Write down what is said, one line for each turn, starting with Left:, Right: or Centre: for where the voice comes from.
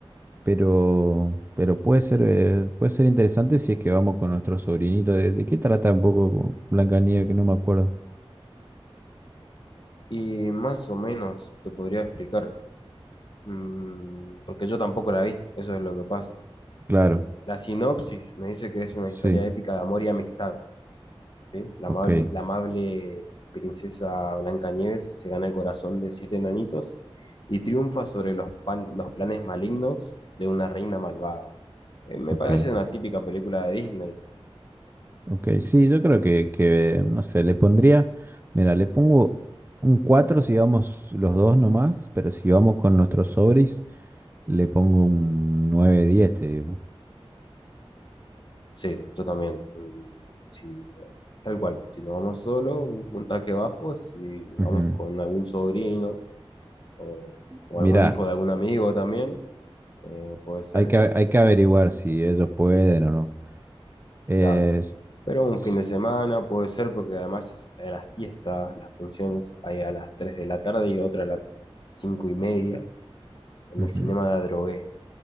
Right: pero, pero puede ser, eh, puede ser interesante si es que vamos con nuestro sobrinito. ¿De, de qué trata un poco Blancanieves? Que no me acuerdo.
Left: y más o menos te podría explicar, mm, porque yo tampoco la vi, eso es lo que pasa.
Right: Claro.
Left: La sinopsis me dice que es una
Right: Sí,
Left: historia épica de amor y amistad, ¿sí? La
Right: ok,
Left: amable, la amable princesa Blancanieves se gana el corazón de siete enanitos y triunfa sobre los, pan- los planes malignos de una reina malvada. Eh, me
Right: ok,
Left: parece una típica película de Disney
Right: ok. Sí, yo creo que, que, no sé, le pondría, mira, le pongo un 4 si vamos los dos nomás, pero si vamos con nuestros sobris, le pongo un nueve diez te digo.
Left: Sí, yo también. Mm, sí, no. tal cual. Si no vamos solo, un puntaje bajo. Si vamos
Right: Ujú.
Left: con algún sobrino o, o
Right: Mira,
Left: algún hijo de algún amigo también, eh, puede ser,
Right: hay que, hay que averiguar si ellos pueden o no. Eh,
Left: claro. Pero
Right: s-
Left: un fin de semana puede ser porque además es a la siesta, las funciones hay a las 3 de la tarde y otra a las 5 y media en
Right: ujú.
Left: el Cinema de la Drogué.